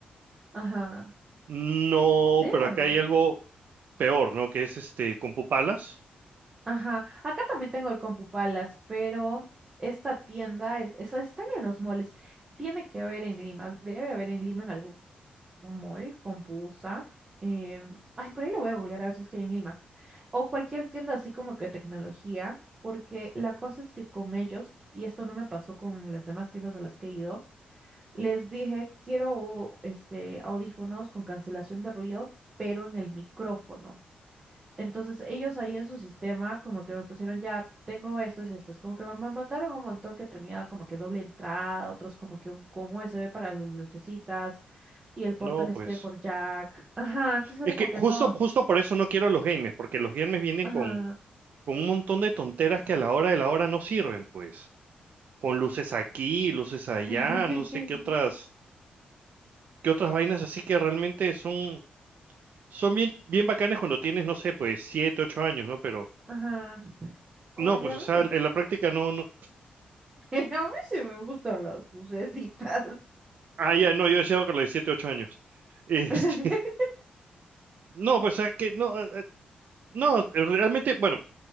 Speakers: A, on the right; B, on the right.
A: Ajá.
B: No,
A: Debe
B: pero acá
A: haber.
B: hay algo peor, ¿no? Que es este, Compupalas.
A: Ajá, acá también tengo el Compupalas, pero esta tienda, es, es- están en los moles, tiene que haber en Lima, debe haber en Lima en algún mall, Compusa, em, ay, por ahí lo voy a googlear a ver si es que hay en Lima, o cualquier tienda así como que tecnología, porque la cosa es que con ellos, y esto no me pasó con las demás tiendas a las que he ido, les dije, quiero este, audífonos con cancelación de ruido, pero en el micrófono. Entonces ellos ahí en su sistema como que me pusieron ya, tengo estos, estos, como que me ma- mandaron un montón que tenía como que doble entrada, otros como que un- con USB para las lucecitas y el puerto
B: No,
A: este
B: pues.
A: por jack. Ajá, entonces era
B: Es
A: como
B: que
A: que
B: justo,
A: no.
B: justo por eso no quiero los gamers, porque los gamers vienen
A: Ajá.
B: con, con un montón de tonteras que a la hora de la hora no sirven, pues. Con luces aquí, luces allá,
A: <laughs>
B: no sé qué otras, qué otras vainas así que realmente son, son bien, bien bacanes cuando tienes, no sé, pues, siete, ocho años, ¿no? Pero.
A: Ajá. Oye,
B: No, pues,
A: a
B: o
A: mí,
B: sea,
A: pues,
B: en la práctica no, no,
A: <laughs> a mí sí me gustan las lucecitas.
B: Ah, ya, no, yo decía que a los 7, 8 años. Este,
A: <laughs>
B: <laughs> no, pues es que no, eh, eh, no, eh, realmente, bueno,